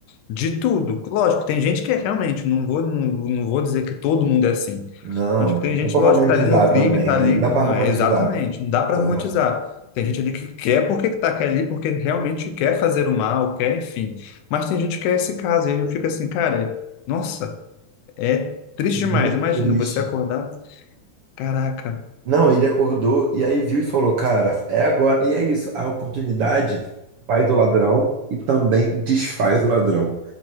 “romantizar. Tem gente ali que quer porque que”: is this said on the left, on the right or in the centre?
Left